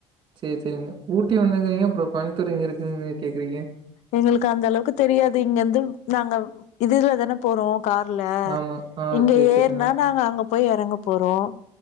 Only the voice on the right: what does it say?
செர் செரிங்க ஊட்டி வந்துக்றீங்க அப்புறம் கோயம் <unintelligible> இருக்குன்னு கேக்குறீங்க
ஆமா ஆ
சேரி சேரிங்க